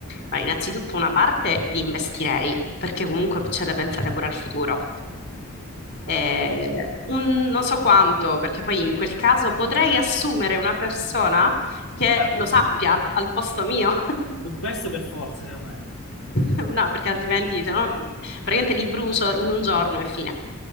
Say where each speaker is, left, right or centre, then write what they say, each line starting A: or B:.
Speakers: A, on the left; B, on the left.
A: Ma innanzitutto una parte li investirei perché comunque c'è da pensare pure al futuro. Eh, un- non so quanto, perché poi in quel caso potrei assumere una persona che
B: Vabbè,
A: lo
B: sì.
A: sappia al posto mio. <laughs>
B: Su questo per forza, secondo me.
A: <laughs> No, perché altrimenti se no, praticamente li brucio in un giorno e fine.